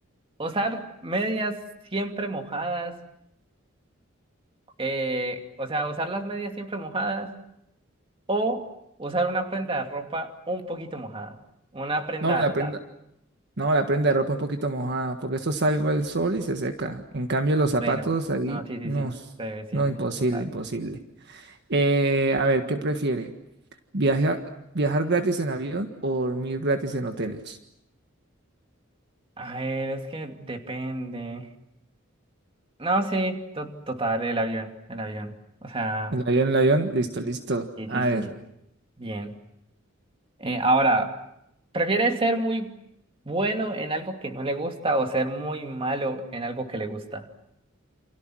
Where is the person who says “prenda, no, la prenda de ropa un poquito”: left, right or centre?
Right